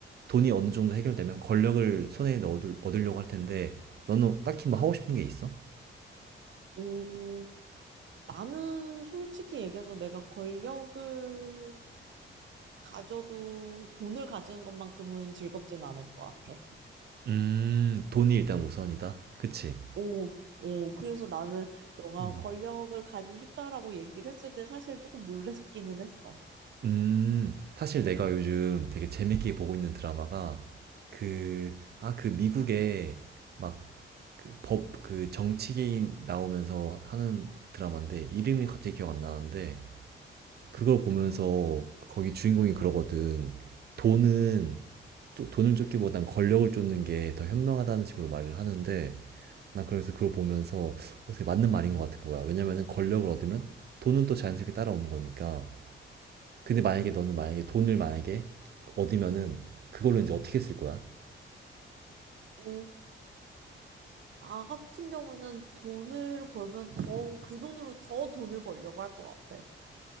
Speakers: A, on the right; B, on the right.
A: 돈이 어느 정도 해결되면 권력을 손에 넣어 얻으려고 할 텐데 너는 딱히 뭐 하고 싶은 게 있어?
B: 어, 나는 솔직히 얘기해서 내가 권력을 가져도 돈을 가지는 것만큼은 즐겁진 않을 것 같아.
A: 음, 돈이 일단 우선이다. 그치?
B: 오, 오, 그래서 나는 너가
A: 음.
B: 권력을 가지고 싶다라고 얘기를 했을 때 사실 조금 놀랬기는 했어.
A: 음, 사실 내가 요즘 되게 재밌게 보고 있는 드라마가 그, 아, 그 미국의 막 그 법, 그 정치계인 나오면서 하는 드라마인데 이름이 갑자기 기억 안 나는데 그걸 보면서 거기 주인공이 그러거든. 돈은 쪼- 돈을 쫓기보단 권력을 쫓는 게 더 현명하다는 식으로 말을 하는데 난 그래서 그걸 보면서 어, 되게 맞는 말인 것 같은 거야. 왜냐면은 권력을 얻으면 돈은 또 자연스럽게 따라오는 거니까. 근데 만약에 너는 만약에 돈을 만약에 얻으면은 그걸로 이제 어떻게 쓸 거야?
B: 어, 나 같은 경우에는 돈을 벌면 더, 그 돈으로 더 돈을 벌려고 할 것 같아.